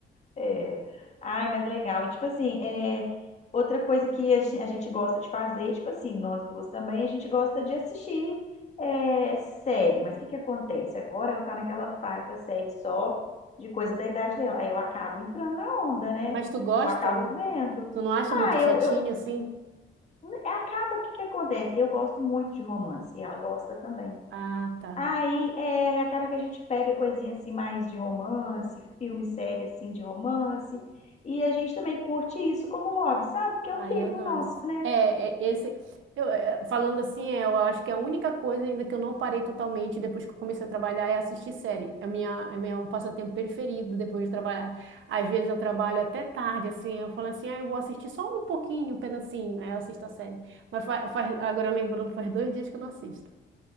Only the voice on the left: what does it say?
É. Ai, mas legal. E tipo assim, é... outra coisa que a gen- a gente gosta de fazer, tipo assim, nós duas também, a gente gosta de assistir é, série. Mas o que que acontece? Agora ela tá naquela fase da série só de coisa da idade dela. Aí eu acabo entrando na onda, né?
Eu acabo
vendo.
Ah,
eu,
eu...
né, Acaba, o que que acontece? Eu gosto muito de romance e ela gosta também.
Aí, é, aí acaba que a gente pega coisinha assim mais de romance, filme, série assim de romance, e a gente também curte isso como hobby, sabe? Porque
é um tempo
nosso, né?